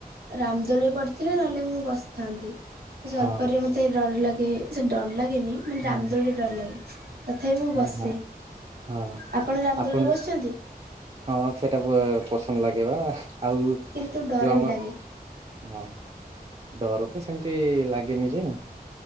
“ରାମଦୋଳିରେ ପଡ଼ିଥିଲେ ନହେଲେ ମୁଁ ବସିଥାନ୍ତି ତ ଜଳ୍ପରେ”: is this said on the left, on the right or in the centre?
Right